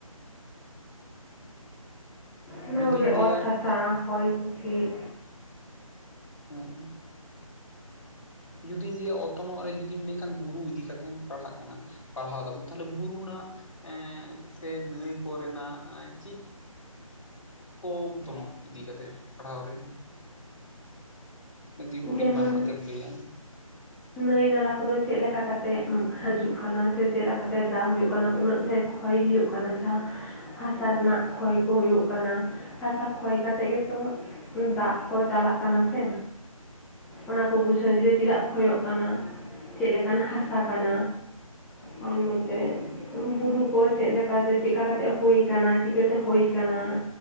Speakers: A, in the centre; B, on the left.
A: ᱚᱱᱟ
B: ᱡᱩᱫᱤᱧ
A: ᱠᱚᱜᱮ
B: ᱞᱟᱹᱭᱟ
A: ᱚᱛ ᱦᱟᱥᱟ ᱦᱚᱭ ᱦᱸᱤᱥᱤᱫ
B: ᱦᱮᱸ ᱾ ᱡᱩᱫᱤᱧ ᱞᱟᱹᱭᱟ ᱚᱛᱚᱱᱚᱜ ᱨᱮ ᱡᱩᱫᱤᱢ ᱞᱟᱹᱭ ᱠᱷᱟᱱ ᱵᱩᱨᱩ ᱤᱫᱤ ᱠᱟᱛᱮᱢ ᱯᱟᱲᱦᱟᱜ ᱠᱟᱱᱟ᱾ ᱯᱟᱲᱦᱟᱣᱟ ᱫᱟᱵᱚᱱ ᱛᱟᱦᱚᱞᱮ ᱵᱩᱨᱩᱱᱟ ᱮᱸ ᱥᱮ ᱱᱟᱹᱭ ᱠᱚᱨᱮᱱᱟᱜ ᱪᱮᱫ ᱠᱚ ᱫᱚᱱᱚᱜ ᱤᱫᱤ ᱠᱟᱛᱮᱫ ᱯᱟᱲᱦᱟᱣ ᱨᱮ ᱟᱰᱤ ᱦᱩᱰᱤᱧ
A: ᱡᱮᱢᱚᱱ
B: ᱢᱟᱪᱷᱟ ᱛᱮᱢ ᱞᱟᱹᱭᱟ ᱾
A: ᱱᱟᱹᱭ ᱱᱟᱞᱟ ᱠᱚᱫᱚ ᱪᱮᱜ ᱞᱮᱠᱟ ᱠᱟᱛᱮᱜ ᱦᱟᱹᱡᱩᱜ ᱠᱟᱱᱟ ᱥᱮ ᱪᱮᱜ ᱞᱮᱠᱟ ᱠᱟᱛᱮᱜ ᱫᱟᱜ ᱦᱩᱭᱩᱜ ᱠᱟᱱᱟ ᱩᱱᱟᱹᱜ ᱡᱟᱦᱟᱹᱭ ᱦᱚᱭ ᱦᱩᱭᱩᱜ ᱠᱟᱱᱟ ᱡᱟᱦᱟᱸ ᱦᱟᱥᱟ ᱨᱮᱱᱟᱜ ᱠᱷᱚᱭ ᱠᱚ ᱦᱳᱭᱳᱜ ᱠᱟᱱᱟ ᱦᱟᱥᱟ ᱠᱷᱚᱭ ᱠᱟᱛᱮᱜ ᱜᱮᱛᱚ ᱫᱟᱜ ᱠᱚ ᱪᱟᱞᱟᱜ ᱠᱟᱱᱟ ᱥᱮ ᱚᱱᱟ ᱠᱚ <inaudible> ᱪᱮᱫᱟᱜ ᱠᱷᱚᱭᱚᱜ ᱠᱟᱱᱟ ᱪᱮᱫ ᱞᱮᱠᱟᱱ ᱦᱟᱥᱟ ᱠᱟᱱᱟ ᱟᱨ ᱱᱚᱛᱮ
B: ᱦᱮᱸ
A: ᱵᱩᱨᱩ ᱠᱚ ᱪᱮᱫ ᱞᱮᱠᱟᱛᱮ ᱪᱮᱜᱠᱟ ᱠᱟᱛᱮᱜ ᱦᱩᱭ ᱠᱟᱱᱟ ᱪᱤᱠᱟᱹᱛᱮ ᱦᱩᱭ ᱠᱟᱱᱟ